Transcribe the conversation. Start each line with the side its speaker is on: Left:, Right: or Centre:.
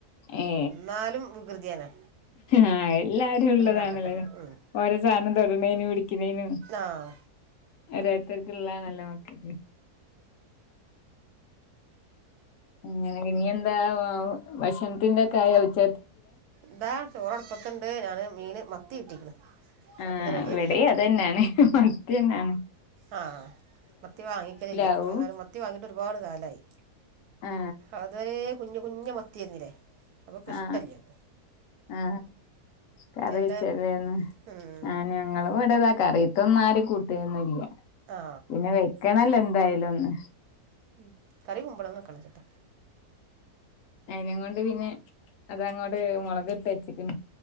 Left: ഏ
Right: നാലും വികൃതിയാണ്
Left: ആ എല്ലാരും ഉള്ളതാണല്ലേലേ
Right: അവിടെ കാട്ടട്ടെ ഉം
Left: ഓരോ സാധനം തൊടണേനും പിടിക്കണേനും
Right: ആ
Left: ഓരോരുത്തര് ക്കുള്ളാതനല്ല ഴക്ക് അങ്ങനെ ഒക്കെയാണ് ഇനിയെന്താ ഭക്ഷണത്തിന്റെ ഒക്കെ ആയ ഉച്ച
Right: എന്താ ചോറടുപ്പത്തണ്ട് ഞാന് മീൻ മത്തി കിട്ടിക്കണ്
Left: ആ
Right: അപ്പോൾ ഇത് റെഡിയാക്കുക
Left: ഇവിടേം അത് തന്നെയാണ് മത്തി തന്നാണ്.
Right: ആ മത്തി വാങ്ങിക്കലില്ല
Left: ആവും
Right: അപ്പ എന്തായാലും മത്തി വാങ്ങിയിട്ട് ഒരുപാട് കാലായി.
Left: ആ
Right: അതുവരെ കുഞ്ഞ് കുഞ്ഞ് മത്തിയായിരുന്നില്ലേ അവക്ക്
Left: ആ
Right: ഇഷ്ടല്ല ഇത്.
Left: ആ കറി
Right: നല്ല
Left: വെച്ചല്ലേർന്നു.
Right: ഉം,
Left: ഞങ്ങള് ഇവിടെ ത കറിയത്തൊന്നാരും കൂട്ടിയൊന്നൂല്ല.
Right: ആ
Left: പിന്നെ വെക്കണല്ലോ എന്തായാലും ഒന്ന്
Right: ഉം കറി കുമ്പളങ്ങ വക്കണം ഉച്ചക്ക്
Left: അയിനകൊണ്ട് പിന്നെ അതങ്ങോട് മുളക് ഇട്ട് വച്ചേക്കുന്നു.